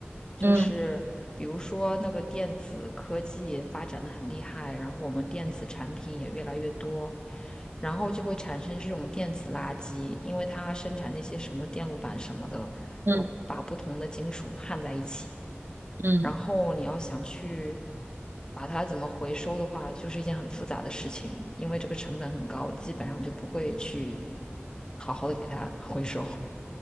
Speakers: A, on the left (about 20°); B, on the right (about 55°).
A: 就是比如说那个电子科技发展的很厉害，
B: 嗯
A: 然后我们电子产品也越来越多，然后就会产生这种电子垃圾，因为它生产那些什么电路板什么的，
B: 嗯
A: 要把不同的金属焊在一起。
B: 嗯，
A: 然后你要想去把它怎么回收的话，就是一件很复杂的事情，因为这个成本很高，基本上就不会去好好的给它回收。